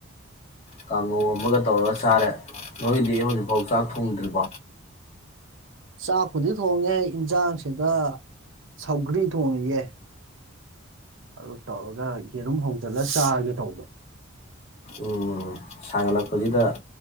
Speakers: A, on the left; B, on the right.
A: ꯀꯥꯡꯉꯧ ꯑꯃꯒ ꯇꯧꯔ ꯆꯥꯔꯦ ꯅꯣꯏꯗꯤ ꯍꯧꯖꯤꯛ ꯐꯧ ꯆꯥꯛ ꯊꯣꯡꯗ꯭ꯔꯤꯕꯣ
B: ꯆꯥꯛꯄꯨꯗꯤ ꯊꯣꯡꯉꯦ ꯏꯟꯁꯥꯡꯁꯤꯗ ꯁꯧꯒ꯭ꯔꯤ ꯊꯣꯡꯉꯤꯌꯦꯦ ꯑꯗꯨ ꯇꯧꯔꯒ ꯌꯦꯔꯨꯝ ꯍꯧꯖꯤꯜꯂꯒ ꯆꯥꯔꯒꯦ ꯇꯧꯕ
A: ꯎꯝ ꯁꯥꯒꯠꯂꯛꯄꯁꯤꯗ